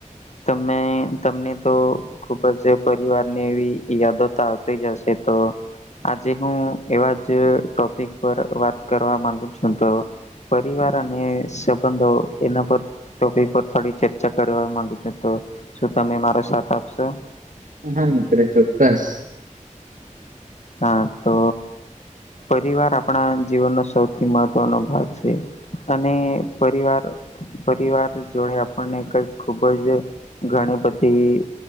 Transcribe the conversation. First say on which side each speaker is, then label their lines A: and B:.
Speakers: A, on the left (about 60°); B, on the right (about 85°).
A: તમે તમને તો ખુબ જ પરિવારને એવી યાદો તો આવતી જ હશે તો આજે હું એવા જ ટોપિક પર વાત કરવા માંગુ છું તો પરિવાર અને સંબંધો એના પર ટોપિક પર થોડી ચર્ચા કરવા માંગુ છું તો શું તમે મારો સાથ આપશો
B: હા મિત્ર ચોક્કસ
A: હા તો પરિવાર આપણા જીવનનો સૌથી મહત્વનો ભાગ છે. અને પરિવાર પરિવાર જોડે આપને કઈક ખુબ જ ઘણી બધી